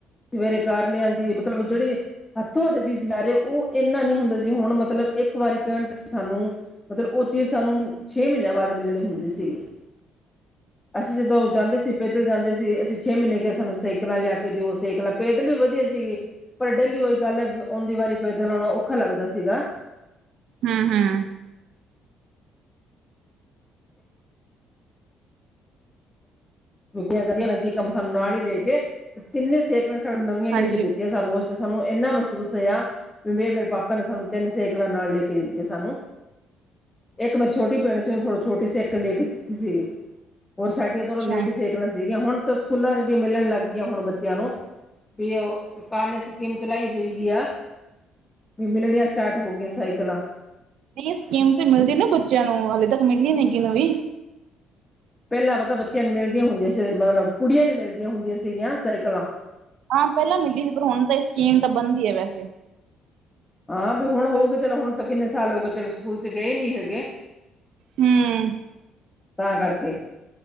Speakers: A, on the left (about 20°); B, on the right (about 70°).
A: ਸਵੇਰੇ ਕਾਰ ਲਿਆਂਂਦੀ। ਮਤਲਬ ਜਿਹੜੀ ਹੱਥੋਂ ਹੱਥ ਚੀਜ਼ ਲ ਰਹੇ, ਉਹ ਇੰਨਾ ਨੀ ਹੁੰਦਾ ਜੇ ਹੁਣ ਮਤਲਬ, ਇੱਕ ਵਾਰੀ ਕਹਿਣ ਤੇ ਸਾਨੂੰ ਮਤਲਬ ਉਹ ਚੀਜ਼ ਸਾਨੂੰ, ਛੇ ਮਹੀਨਿਆਂ ਬਾਅਦ ਮਿਲਣੀ ਹੁੰਦੀ ਸੀਗੀ। ਅਸੀਂ ਜਦੋਂ ਜਾਂਦੇ ਸੀ, ਪੈਦਲ ਜਾਂਦੇ ਸੀ।, ਅਸੀਂ ਛੇ ਮਹੀਨੇ ਕਿਹਾ, ਸਾਨੂੰ ਸਾਈਕਲਾਂ ਲਿਆ ਕੇ ਦਿਓ, ਸਾਈਕਲਾਂ। ਪੈਦਲ ਵੀ ਵਧੀਆ ਸੀਗੀ, ਪਰ ਡੇਲੀ ਉਹੀ ਗੱਲ ਏ ਵੀ, ਆਉਂਦੀ ਵਾਰੀ ਪੈਦਲ ਆਉਣਾ, ਔਖਾ ਲੱਗਦਾ ਸੀਗਾ।
B: ਹਮ- ਹਮ।
A: ਕੀਆਂ ਜਾਂਦੀਆਂ ਕਮਸਮ ਨਾਲ ਹੀ ਲੈ ਕੇ, ਤਿੰਨੇ ਸੇਕਲਾ ਨਵੀਆਂ ਲੈ
B: ਹਾਂਜੀ
A: ਕੇ ਦਿੱਤੀਆਂ
B: ਹੂੰ
A: ਸਾਨੂੰ, ਉਹ ਸਾਨੂੰ ਇੰਨਾ ਮਹਿਸੂਸ ਹੋਇਆ, ਵੀ ਮੇਰੇ ਪਾਪਾ ਨੇ ਸਾਨੂੰ ਤਿੰਨ ਸੇਕਲਾਂ ਨਾਲ ਲੈ ਕੇ ਦਿੱਤੀਆਂ ਸਾਨੂੰ। ਇੱਕ ਮੇਰੀ ਛੋਟੀ ਭੈਣੀ ਸੀ, ਉਹਨੂੰ ਥੋੜ ਛੋਟੀ ਸਾਇਕਲ ਲੈ ਕੇ ਦਿੱਤੀ ਸੀਗੀ। ਔਰ ਸਾਡੀਆਂ
B: ਅੱਛਾ
A: ਦਨੋਂ ਲੇਡੀਜ਼ ਸਾਈਕਲਾਂ ਸੀਗੀਆਂ, ਹੁਣ ਤਾਂ ਸਕੂਲਾਂ 'ਚ ਮਿਲਣ ਲੱਗ ਗਈਆਂ, ਹੁਣ ਬ ਬੱਚਿਆਂ ਨੂੰ, ਵੀ ਉਹ ਸਰਕਾਰ ਨੇ ਸਕੀਮ ਚਲਾਈ ਹੋਏਗੀ ਆ, ਵੀ ਮਿਲਣੀਆਂ ਸਟਾਰਟ ਹੋ ਗਈਆਂ ਸਾਈਕਲਾਂ
B: ਇਹ ਸਕੀਮ ਤੇ ਮਿਲਦੀ ਨਾ ਬੱਚਿਆਂ ਨੂੰ, ਹਾਲੇ ਤੱਕ ਮਿਲੀ ਨੀਗੀ ਕਿਸੇ ਨੂੰ ਵੀ।
A: ਪਹਿਲਾਂ ਪਤਾ ਬੱਚਿਆਂ ਨੂੰ ਮਿਲਦੀਆਂ ਹੁੰਦੀਆਂ ਸੀ। ਮਤਲਬ ਕੁੜੀਆਂ ਨੂੰ ਮਿਲਦੀਆਂ ਹੁੰਦੀਆਂ ਸੀਗੀਆਂ, ਸਾਈਕਲਾਂ।
B: ਹਾਂ ਪਹਿਲਾਂ ਮਿਲੀ ਸੀ। ਪਰ ਹੁਣ ਤਾਂ ਸਕੀਮ ਤਾਂ ਬੰਦ ਹੀ ਹੈ ਵੈਸੇ।
A: ਹਾਂ ਵੀ ਹੁਣ ਹੋ ਗਏ ਚਲੋ, ਹੁਣ ਤਾਂ ਕਿੰਨੇ ਸਾਲ ਹੋ ਗਏ ਚਲੋ ਸਕੂਲ ਚ ਗਏ ਨੀ ਹੈਗੇ।
B: ਹਮ।
A: ਤਾਂ ਕਰਕੇ।